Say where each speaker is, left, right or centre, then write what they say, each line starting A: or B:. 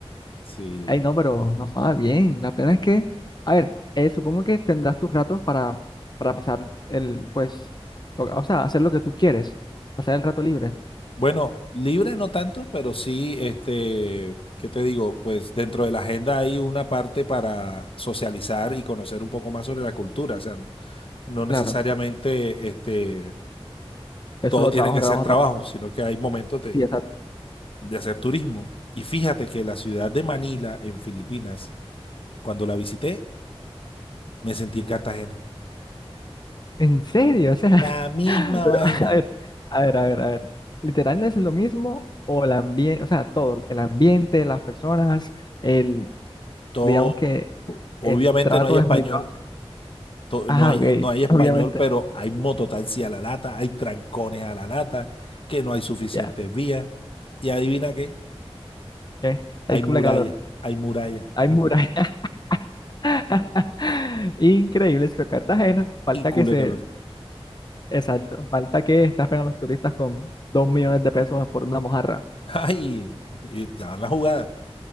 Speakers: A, on the left; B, on the left.
A: Sí.
B: Ay, no, pero no estaba bien. La pena es que, a ver, eh, supongo que tendrás tus ratos para, para pasar el, pues, lo- o sea, hacer lo que tú quieres, pasar el rato libre.
A: Bueno, libre no tanto, pero sí, este, ¿qué te digo? Pues dentro de la agenda hay una parte para socializar y conocer un poco más sobre la cultura. O sea, no no necesariamente
B: Claro,
A: este,
B: eso
A: todo
B: lo
A: tiene
B: trabajo,
A: que
B: trabajo,
A: ser trabajo,
B: trabajo.
A: sino que hay momentos de,
B: Sí, exacto.
A: de hacer turismo. Y fíjate que la ciudad de Manila, en Filipinas, cuando la visité, me sentí en Cartagena.
B: ¿En serio? O sea,
A: La misma
B: <laughs> pero,
A: vaina.
B: a ver, a ver, a ver, a ver. ¿Literal es lo mismo o el ambiente, o sea, todo, el ambiente, las personas, el,
A: Todo.
B: digamos que
A: Obviamente
B: el trato
A: no hay español.
B: es medicado?
A: to-
B: Ah,
A: no hay,
B: ok,
A: no hay español,
B: obviamente,
A: pero hay mototaxi a la lata, hay trancones a la lata, que no hay suficientes
B: ya,
A: vías. Y adivina qué,
B: eh, Hay
A: hay
B: culo
A: murallas,
B: de calor,
A: hay murallas
B: hay muralla. <laughs> Increíble, pero Cartagena, falta
A: y culo
B: que se,
A: de calor.
B: exacto, falta que estafen a los turistas con dos millones de pesos por una mojarra.
A: <laughs> Ay, y te van la jugada.